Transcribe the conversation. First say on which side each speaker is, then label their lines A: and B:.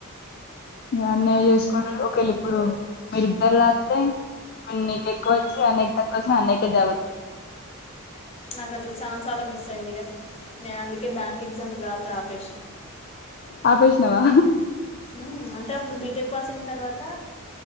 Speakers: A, on the left (about 45°); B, on the left (about 30°).
A: మా అన్నయ చేసుకొయిండు డు ఒక వేళ ఇప్పుడు మీరిద్దరు రాస్తే ఒకవేళ నీకు ఎక్కువ వచ్చి అన్నయ్య కి తక్కువ వచ్చిన అన్నయ్య కే జాబ్ వత్తాయి
B: నాకు అట్లా చాన సార్లు మిస్ అయింది ఇక నేను అందుకే బ్యాంక్ ఎగ్జామ్స్ రాసుడు అపేస
A: ఆపేసినవా
B: మ్మ్, అంటే అప్పుడు బీటెక్ పాస్ అయిన తర్వాత